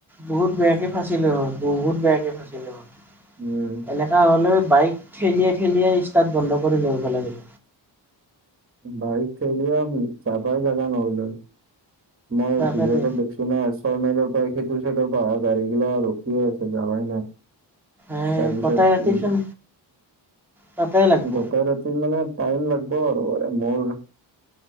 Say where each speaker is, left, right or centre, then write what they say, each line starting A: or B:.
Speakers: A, in the centre; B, on the right.
A: বহুত বেয়াকে ফাঁচিলো হ বহুত বেয়াকে ফাঁচিলো হয়
B: উম
A: এনেকুৱা হ'লেও বাইক ঠেলিয়াই ঠেলিয়াই ষ্টাৰ্ট বন্ধ কৰি লৈ আহিব লাগে
B: বাইক থেলি আৰু যাবাই জাগা নহলে মই
A: তাকেতো
B: ভিডিঅ' দেখি চু না ছয় মাইলৰ পৰা সেইটো সেইটো পৰা গাড়ী গিলা ৰখিয়ে আছে যাবাই নাই
A: এ
B: তাৰপিছত
A: গটাই ৰাতিচোন
B: উম
A: তাতেই লাগব
B: গোটেই ৰাতি মানে টাইম লাগব আৰু মোৰ